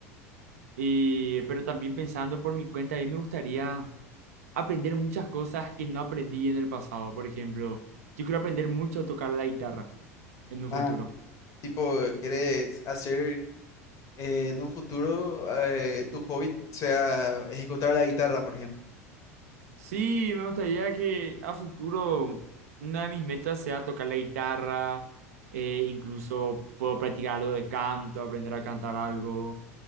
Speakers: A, on the right (about 75°); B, on the left (about 45°).
A: Y pero también pensando por mi cuenta, a mí me gustaría aprender muchas cosas que no aprendí en el pasado. Por ejemplo, yo quiero aprender mucho a tocar la guitarra en un
B: Ah,
A: futuro.
B: tipo, quieres hacer eh, en un futuro eh, tu hobby sea ejecutar la guitarra, por ejemplo.
A: Sí, me gustaría que a futuro una de mis metas sea tocar la guitarra, eh, incluso puedo practicar algo de canto, aprender a cantar algo.